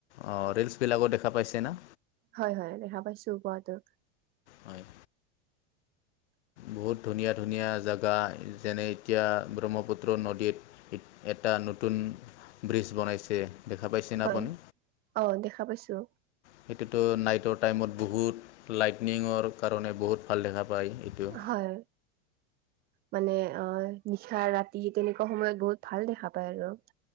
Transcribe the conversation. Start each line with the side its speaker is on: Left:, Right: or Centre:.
Left: অঁ ৰিলচবিলাকো দেখা পাইছে না।
Right: হয় হয় দেখা পাইছো কোৱাাতটো।
Left: হয়
Right: <unintelligible>
Left: বহুত ধুনীয়া ধুনীয়া জেগা যেনে এতিয়া ব্ৰহ্মপুত্ৰ নদীত এটা নতুন ব্ৰিজ বনাইছে। দেখা পাইছেনে
Right: হয়
Left: আপুনি
Right: অ দেখা পাইছো।
Left: সেইটোটো নাইটৰ টাইমত বহুত লাইটনিঙৰ কাৰণে বহুত ভাল দেখা পায় এইটো।
Right: হয় মানে অ নিশা ৰাতি তেনেকুৱা সময়ত বহুত ভাল দেখা পায় আৰু।